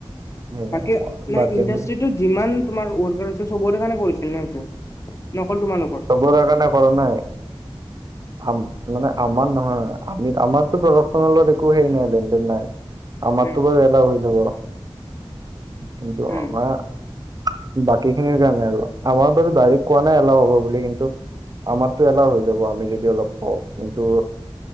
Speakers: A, on the right; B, on the left.
A: সেইকাৰণে
B: তাকে
A: মই
B: মানে
A: বাদ দিম
B: ইণ্ডাষ্ট্ৰিটোৰ
A: বুলি
B: যিমান তোমাৰ ৱৰ্কাৰ আছে কৰিছিল ন নকল তোমালোকৰ
A: চবৰে কাৰণে কৰা নাই আ মানে আমাৰ নহয় আমি আমাৰতো প্ৰডাকশচনেলত একো হেইৰি নাই লেনদেন নাই আমাৰতো
B: উম
A: বাৰু এনেও হৈ যাব কিন্তু
B: উম
A: আমাৰ বাকী খিনিৰ কাৰণে আৰু আমাৰ বাৰু ডাইৰেক্ট কোৱা নাই অলপ হ'ব বুলি কিন্তু আমাৰতটো এলাও হৈ যাব আমি যদি অলপ কওঁ কিনটো